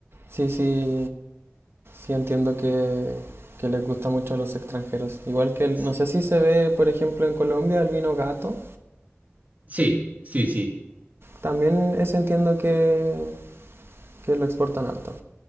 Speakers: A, on the right; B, on the right.
A: sí, sí, sí entiendo que, que les gusta mucho a los extranjeros. Igual que, el-
B: S-
A: no sé si se ve, por ejemplo, en Colombia el vino gato.
B: Sí, sí, sí.
A: También ese entiendo que, que lo exportan harto.